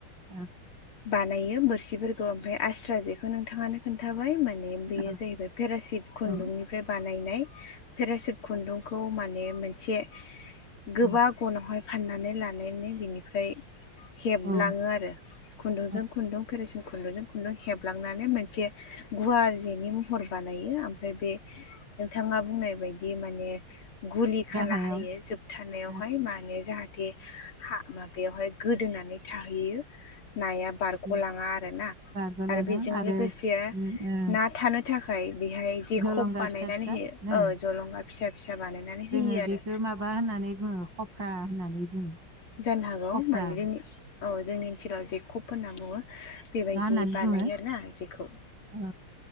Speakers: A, on the right; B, on the left.
A: औ।
B: बानायो बोरसिफोरखौ ओमफ्राय आस्रा जेखौ नोंथाङानो खोन्थाबाय माने बेयो
A: औ
B: जाहैबाय पेरासिट खुन्दुंनिफ्राय
A: औ
B: बानायनाय। पेरासुट खुन्दुंखौ माने मोनसे गोबा
A: औ
B: गनावहाय फाननानै लानो बानायनो बिनिफ्राय हेबलाङो
A: ओ
B: आरो खुन्दुंजों
A: ओ
B: खुन्दुं फेरासुट खुन्दुंजों खुन्दुं हेबलांना मोनसे गुवार जेनि महर बानायो ओमफ्राय बे नोंथाङा बुंनाय बाय दि माने गुलि
A: गाहायाव
B: खाना होयो जोबथानायावहाय
A: ओ
B: मा होनो जाहाथे हा माबायावहाय गोदोनानै थाहैयो। नाया बारग'लाङा
A: ओ
B: आरोना
A: बारग'लाङो
B: आरो बेजों
A: आरो
B: लोगोसे
A: उम ओ
B: ना थानो थाखाय बेहाय जे
A: जलंगा
B: खब बानायनानै
A: फिसा फिसा
B: होयो
A: नो
B: जलंगा फिसा फिसा बानायनानै
A: जोङो
B: होयो
A: बेखौ
B: आरो
A: माबा होननानै बुङो खफ्रा होननानै बुङो।
B: जानो हागौ
A: खफ्रा
B: माने जोंनि औ जोंनि ओनसोलाव जे खप होनना बुङो। बेबायदि
A: मा होननानै
B: बानायो
A: बुङो
B: आरोना जेखौ
A: ओ